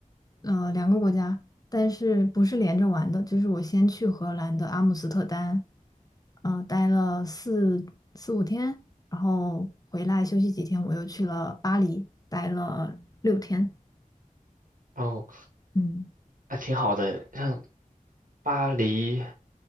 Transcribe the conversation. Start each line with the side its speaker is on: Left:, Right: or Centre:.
Left: 呃，两个国家，但是不是连着玩的，就是我先去荷兰的阿姆斯特丹，嗯、呃，待了四四五天，然后回来休息几天，我又去了巴黎，待了六天。
Right: 哦，
Left: 嗯，
Right: 还挺好的，像巴黎，